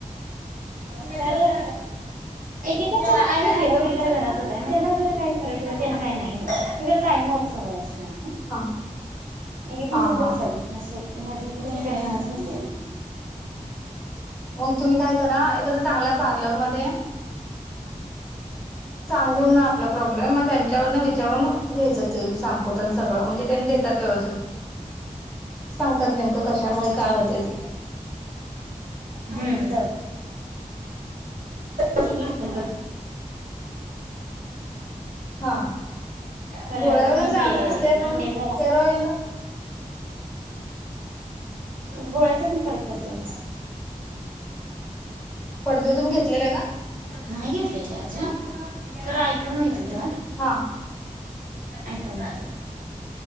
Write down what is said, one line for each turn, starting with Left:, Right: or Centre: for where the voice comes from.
Right: तर एकेक आहे घ घरात त्याला खर काही फरक त्या काही नाहीर काय मप समोर असणार
Centre: हा
Right: एकेकांच
Centre: हा हा
Right: बसह
Centre: हा
Right: असे नदीचण घेत
Centre: मग तुम्ही काय करा एखादा चांगला पार्लर मध्ये सांगून ना आपला प्रॉब्लेम मग त्यांच्यावर न विचारून घ्यायचं तेल शम्पू सगळं म्हणजे त्यांनी देतात व्यवस्थित सांगतात नेमकं कशामुळे
Right: तसं विचारायला
Centre: काय होते ते
Right: हम्म फोन कर
Centre: हा
Right: खरं
Centre: गोळ्या वगैरे
Right: नाहीये
Centre: जाले नसते पण
Right: म्हणजे जरा
Centre: हेअर ऑइल
Right: गोळ्याचा पण फरक पडतो
Centre: पडतोय तुम्ही घेतलेला का
Right: नाही घेतलेले अजून खर ऐकून माहिती त
Centre: हा
Right: ऐकून जात